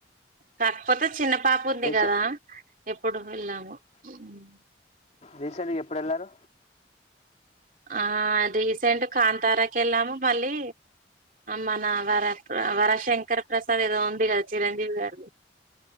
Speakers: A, on the right; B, on the left.
A: కాకపోతే చిన్న పాప ఉంది
B: రీసెంట్
A: కదా ఎప్పుడు వెళ్ళాము మ్
B: రీసెంట్గా ఎప్పుడు ఎళ్లారు
A: ఆ రీసెంట్ కాంతారాకెల్లము మళ్ళీ మన వరప్ర వరశంకర్ ప్రసాద్ ఏదో ఉంది గదా చిరంజీవి గారిది